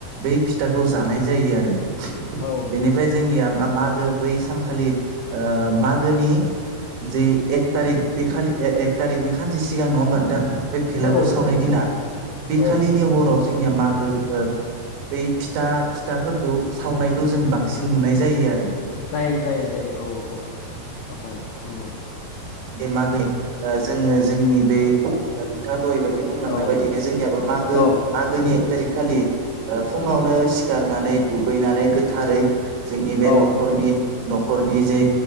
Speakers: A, on the right (about 85°); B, on the left (about 85°).
A: बै फिथाखौ जानाय जायो आरो
B: औ
A: बेनिफ्राय जोंनिया मागो बै सानखालि ओ मागोनि जे एकथारिक बे खालि एक थारिकनि खानसे सिगां नङा होमबा नोंथां बे भेलागुर
B: औ
A: सावनाय दिना बे
B: औ
A: खालिनि हराव जोंनिया मागो ओ बै फिथा फिथाफोरखौ सावनायखौ जों बांसिन नुनाय जायो आरो
B: जायो जायो जायो औ औ औ औ
A: दे मागै जोङो जोंनि बे नोंथाङा <unintelligible> बि बुंलांनाय
B: औ
A: बायदिनो जोंनियाबो मागो
B: औ
A: मागोनि एक थारिक खालि ओ फुङावनो सिखारनानै दुगैनानै गोथारै जोंनि बे
B: औ
A: न'खरनि न'खरनि जे